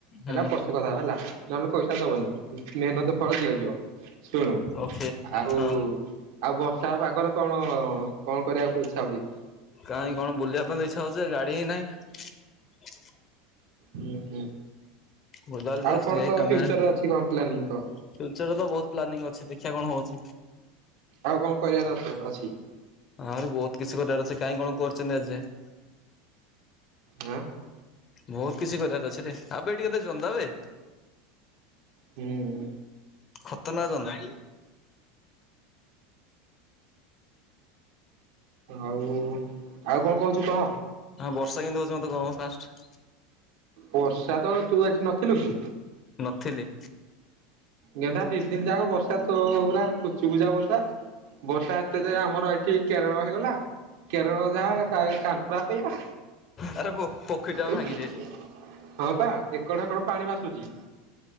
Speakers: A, on the left (about 30°); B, on the right (about 70°).
A: ହୁଁ
B: ଏରା ପ୍ରସ୍ନା ସେ କଥା ହେଲା ନହେଲେ ପଇସା ଦବନି ମେହନତ ଫଳ ଦିଆଯିବ। ଶୁଣୁ
A: ଓକେ
B: ଆଉ
A: ହଁ।
B: ଆଉ ବର୍ଷା ପାଗର କଣ କଣ କରିବାକୁ ଇଚ୍ଛା ହୁଏ?
A: କାହିଁ କଣ ବୁଲିବା ପାଇଁ ଇଛା ହଉଚି ଜେ ଗାଡି ହିଁ ନହିଁ।
B: ଉଁ ହୁଁ।
A: ବୁଲାବୁଲି ଟିକେ
B: ଆଉ କଣ
A: ଏଇ
B: ତ
A: କାମରେ
B: ଫ୍ୟୁଚରରେ ଅଛି କଣ ପ୍ଲାନିଂ କହ?
A: ଫ୍ୟୁଚରରେ ତ ବହୁତ ପ୍ଲାନିଂ ଅଛି ଦେଖିବା କଣ ହଉଚି।
B: ଆଉ କଣ କରିବା ର ଅ ଅଛି?
A: ଆଉରି ବହୁତ କିଛି କରିବାର ଅଛି କାଇଁ କଣ କରୁଚନ୍ତି ଆଜିଯାଏଁ।
B: ଆଁ?
A: ବହୁତ କିଛି କରିବାର ଅଛିରେ ଆବେ ଏଠିକ କେତେ ଜନ୍ଦାବେ।
B: ହୁଁ।
A: ଖତରନାକ ଜନ୍ଦା।
B: ଆଉ ଆଉ କଣ କହୁଛୁ କହ?
A: ଆଉ ବର୍ଷା କେମିତି ହଉଛି ମତେ କହମ ଫାଷ୍ଟ?
B: ବର୍ଷା ତ ତୁ ଏଠି ନଥିଲୁ କି?
A: ନଥିଲି।
B: ଗେନ୍ଧା ଦି ଦିନ ଯାକ ବର୍ଷା ତୁ ପୁରା କୁଚୁକୁଚା ବର୍ଷା ବର୍ଷା ଏତେ ଯେ ଆମର କି କେରଳ ହୋଇଗଲା। କେରଳ ଯା କାନପୁରା ସେଇଆ।
A: ଆରେ
B: <inaudible>
A: ପୋଖରୀ ଟା ଭାଙ୍ଗି ଯାଇଛି
B: ହଁ ପା ଏକଠା କଡ ପାଣି ବାସୁଛି।